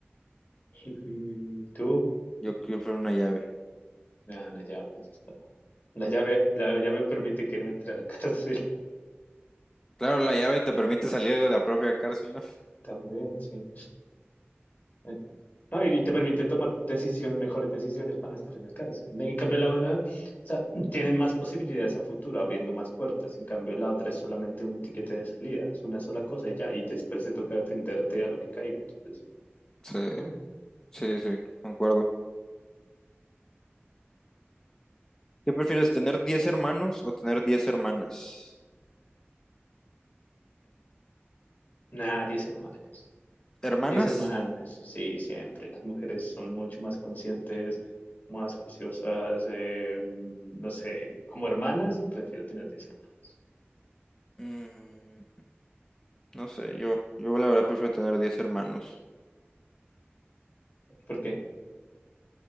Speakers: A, on the left; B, on the left.
A: <laughs> Ujú. ¿Tú?
B: Yo prefiero una llave.
A: No, no, ya, ya está. La llave, la llave permite que no entre a la cárcel.
B: Claro, la llave te permite salir de la propia cárcel, ¿no?
A: <laughs> También, sí. <laughs> No, y y te permite tomar decisión, mejores decisiones para no estar en la cárcel. En cambio, la una, o sea, tienen más posibilidades a futuro, abriendo más puertas. En cambio, la otra es solamente un tiquete de salida, es una sola cosa y ya, y después te toca defenderte a lo que caiga. Entonces,
B: Sí,
A: ¿no?
B: sí, sí, concuerdo. ¿Qué prefieres, tener 10 hermanos o tener 10 hermanas?
A: Nada, diez hermanas.
B: ¿Hermanas?
A: Diez hermanas, sí, siempre. Las mujeres son mucho más conscientes, más juiciosas, eh, no sé, como hermanas, prefiero tener diez hermanas.
B: Mm, no sé, yo, yo la verdad prefiero tener 10 hermanos.
A: ¿Por qué?